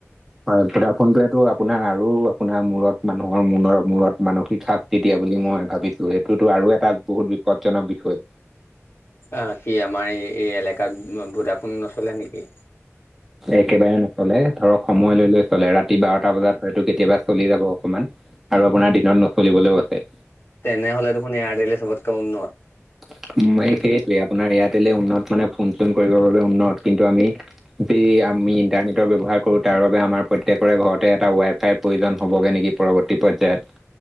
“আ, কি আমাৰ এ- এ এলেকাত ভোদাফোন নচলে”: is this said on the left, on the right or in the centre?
Left